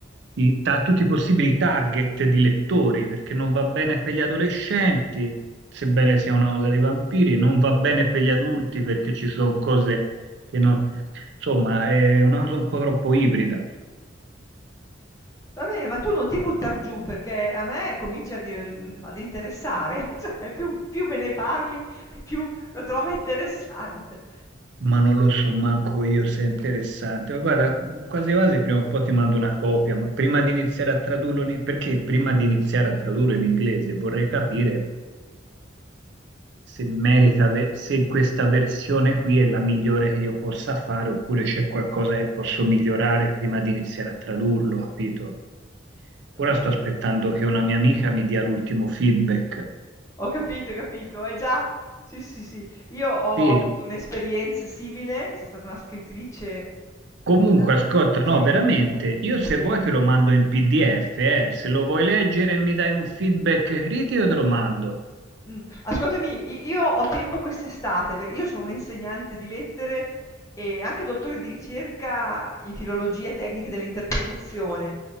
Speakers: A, on the right; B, on the left.
A: i- ta- tutti i possibili target di lettori, perché non va bene per gli adolescenti, sebbene sia una cosa di vampiri, non va bene per gli adulti perché ci sono cose che non... Insomma, è una cosa un po' troppo ibrida,
B: Va bene, ma tu non ti buttar giù perché a me comincia ad, ehm, ad interessare, <laughs> cioè più, più me ne parli, più lo trovo interessante.
A: ma non lo so manco io se è interessante. Ma Guarda, quasi quasi prima o poi ti mando una copia, ma prima di iniziare a tradurlo, in... perché prima di iniziare a tradurlo in inglese vorrei capire se merita, ve- se questa versione qui è la migliore che io possa fare, oppure c'è qualcosa che posso migliorare prima di iniziare a tradurlo, capito?
B: Ho
A: Ora
B: capito,
A: sto aspettando che una mia amica mi dia l'ultimo feedback.
B: ho capito, ho capito. Hai già? Sì, sì, sì. Io ho
A: Sì,
B: avuto un'esperienza simile, c'è stata una scrittrice,
A: comunque
B: Ah,
A: ascolta,
B: oh, sì,
A: no, veramente,
B: eh,
A: io se
B: sì,
A: vuoi te lo mando in PDF, eh. Se lo vuoi leggere e mi dai un feedback critico te lo mando.
B: Mh, ascoltami, i io ho tempo quest'estate, perché io sono un'insegnante di lettere e anche dottore di ricerca in filologia e tecniche dell'interpretazione